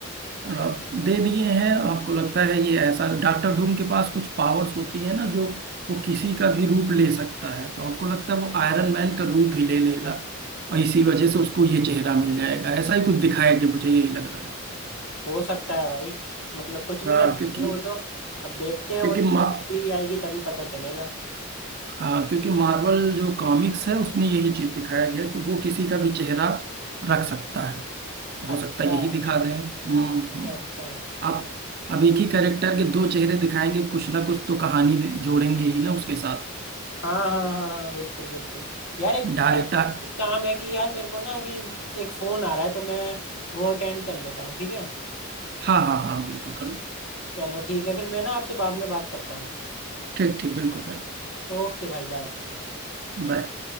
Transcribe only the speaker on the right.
अब दे दिए हैं आपको लगता है ये ऐसा डॉक्टर डूम के पास कुछ पावर्स होती है ना जो वो किसी का भी रूप ले सकता है तो आपको लगता है वो आयरन मैन का रूप ही ले लेगा और इसी वजह से उसको ये चेहरा मिल जाएगा ऐसा ही कुछ दिखाया कि मुझे यही लग रहा है
हाँ
क्योंकि
क्योंकि
मा
हाँ क्योंकि मार्वल जो कॉमिक्स है उसमें यही चीज दिखाया गया है कि वो किसी का भी चेहरा रख सकता है हो
सकता है
यही दिखा दें हम्म हम्म।
आप अब एक ही कैरेक्टर के दो चेहरे दिखाएंगे कुछ ना कुछ तो कहानी दे- जोड़ेंगे ही ना उसके साथ
डायरेक्टर
हाँ हाँ हाँ बिल्कुल करो
ठीक ठीक बिल्कुल भाई
बाय